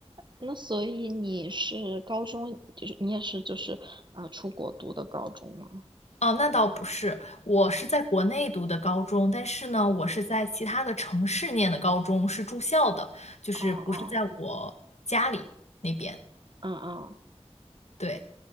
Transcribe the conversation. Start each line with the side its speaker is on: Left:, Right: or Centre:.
Right: 那所以你是高中，就是你也是就是呃出国读的高中吗？
Left: 哦，那倒不是，我是在国内读的高中，但是呢，我是在其他的城市念的高中，是住校的，就是不是在我家里那边，
Right: 哦哦，嗯嗯
Left: 对，